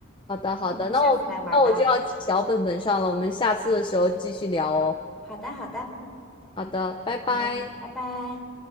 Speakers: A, on the left; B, in the centre.
A: 好的，好的，
B: 那我们就下次来玩吧。
A: 那我那我就要记小本本上了，我们下次的时候继续聊哦。
B: 好的，好的，
A: 好的，拜拜。
B: 好了，拜拜。